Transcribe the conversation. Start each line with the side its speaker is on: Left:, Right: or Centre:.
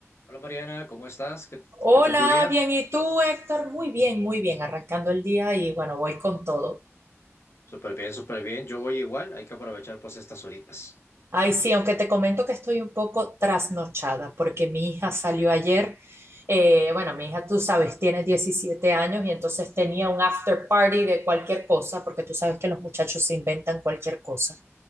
Left: Hola Mariana, ¿cómo estás? ¿Qué,
Right: Hola,
Left: qué tal tu día?
Right: bien, ¿y tú, Héctor? Muy bien, muy bien, arrancando el día y bueno, voy con todo.
Left: Súper bien, súper bien. Yo voy igual, hay que aprovechar pues estas horitas.
Right: Ay, sí, aunque te comento que estoy un poco trasnochada porque mi hija salió ayer. eh, bueno, mi hija, tú sabes, tiene 17 años y entonces tenía un after party de cualquier cosa, porque tú sabes que los muchachos se inventan cualquier cosa.